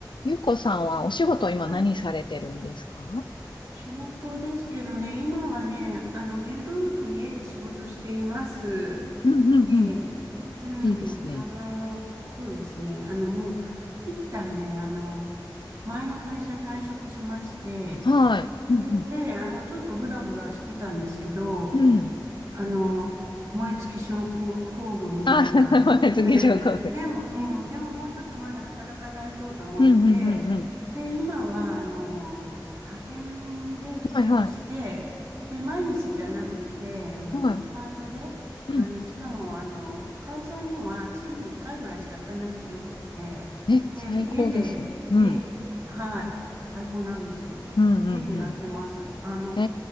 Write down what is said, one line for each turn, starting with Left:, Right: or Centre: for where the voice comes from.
Left: ゆうこさんはお仕事今何されてるんですか
Right: はい。仕事ですけどね、今はね、あの、ゆるーく家で仕事しています。
Left: うんうんうん。
Right: ええ。うん。
Left: いいですね。
Right: あの、そうですね。あの、もう、一旦ね、あの、前の会社退職しまして、
Left: はい。うん
Right: それで、あの、ちょっとブラブラしてたんですけど、
Left: うん。うん。
Right: あの、燃え尽き症候工群みたいな。
Left: あ、<laughs>
Right: <laughs>
Left: 次上皇后。
Right: ね。でも、うん、でももうちょっとまだ働かないとと思って、
Left: うんうんうんうん。
Right: で、今は、あの、派遣で契約して、
Left: はいはい。
Right: で、毎日じゃなくて、あの、
Left: はい。
Right: パートで、
Left: うん。
Right: あの、しかも、あの、会社には月に1回ぐらいしか行かなくてよくって、
Left: え、
Right: で、
Left: 最高ですね。
Right: 家で、
Left: うん。
Right: ええ、はい、最高なんですよ。
Left: うんうんう
Right: 家でやってます。あの、
Left: ん。え